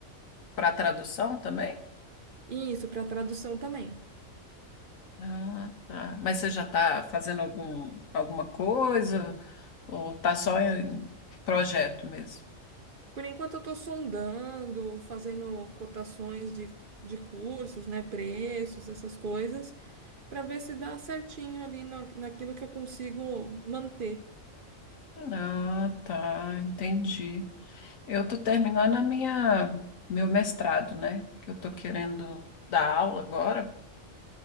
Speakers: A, on the left; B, on the right.
A: para tradução também?
B: E Isso, para tradução também.
A: Ah, tá. Mas você já está fazendo algum, alguma coisa ou está só em projeto mesmo?
B: Por enquanto eu tô sondando, fazendo cotações de, de cursos, né, preços, essas coisas, para ver se dá certinho ali na, naquilo que eu consigo manter.
A: Ah, tá, entendi. Eu estou terminando a minha meu mestrado, né? Que eu estou querendo dar aula agora,